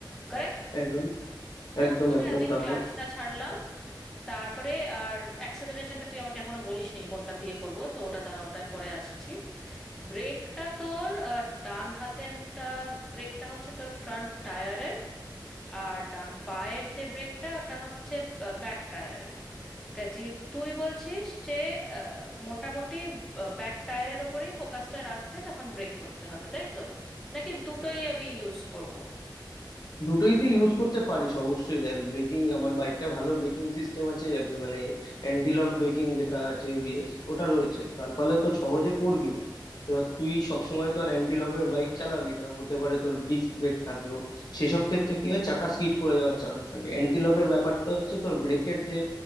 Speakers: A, in the centre; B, on the left.
A: কারেক্ট
B: একদম
A: হ্যাঁ
B: একদম
A: করে
B: একদম
A: আমি
B: তারপর
A: ক্লাচটা ছাড়লাম তারপরে আর অ্যাক্সেলারেশনটা তুই আমাকে এখনো বলিসনি কোনটা দিয়ে করব তো ওটা দাঁড়া ওটায় পরে আসছি ব্রেকটা তোর আহ, ডান হাতে একটা ব্রেকটা হচ্ছে তোর ফ্রন্ট টায়ারের আর ডান পায়ের যে ব্রেকটা ওটা হচ্ছে ব্যাক টায়ারের কাজে তুই বলছিস যে আহ, মোটামুটি ব্যাক টায়ারের ওপরেই ফোকাসটা রাখতে যখন ব্রেক করতে হবে তাই তো নাকি দুটোই আমি ইউজ করব
B: দুটোই তুই ইউজ করতে পারিস অবশ্যই দেখ ব্রেকিং আমার বাইকটা ভালো ব্রেকিং সিস্টেম আছে এব- মানে অ্যান্টি লক ব্রেকিং যেটা আছে এবিএস ওটা রয়েছে তার ফলে তো সহজে পড়বি না এবার তুই সবসময় তো আর অ্যান্টি লকের বাইক চালাবি না হতে পারে তোর ডিস্ক ব্রেক থাকলো সেসব ক্ষেত্রে কি হয় চাকা স্কিড করে যাওয়ার চান্স থাকে অ্যান্টি লকের ব্যাপারটা হচ্ছে তোর ব্রেকের যে